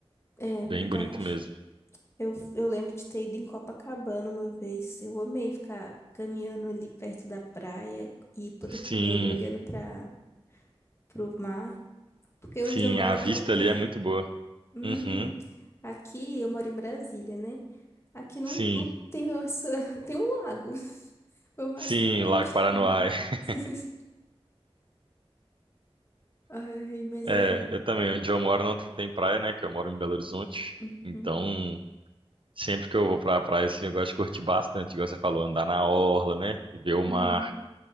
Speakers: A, on the left; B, on the right.
A: é
B: Bem
A: verdade.
B: bonito mesmo.
A: Eu, eu lembro de ter ido em Copacabana uma vez. Eu amei ficar caminhando ali perto da praia e poder comer
B: Sim,
A: ali olhando para o mar, porque
B: sim,
A: onde eu moro
B: a vista
A: não tem.
B: ali é muito boa.
A: Uhum.
B: Uhum,
A: Aqui eu moro em Brasília, né? Aqui não,
B: sim,
A: não tem essa, <laughs> tem um lago. <laughs> Foi o máximo
B: sim,
A: que a gente
B: Lago Paranoá.
A: tem.
B: <laughs>
A: <laughs> Ai, mas
B: É,
A: é.
B: eu também, onde eu moro não tem praia, né? Que eu moro em Belo Horizonte.
A: Uhum.
B: Então, sempre que eu vou pra praia, assim, eu gosto de curtir bastante, igual você falou, andar na orla, né? Ver o
A: Uhum.
B: mar,